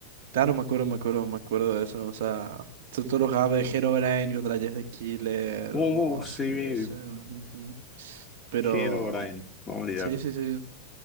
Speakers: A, on the right; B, on the left.
A: Claro, me acuerdo, me acuerdo, me acuerdo de eso. O sea, tú tú lo jugabas de Herobrine contra Jess the Killer
B: Uh,
A: o
B: sí,
A: así. ese, ujú, ujú. Pero,
B: Herobrine, no olvidar.
A: sí, sí, sí.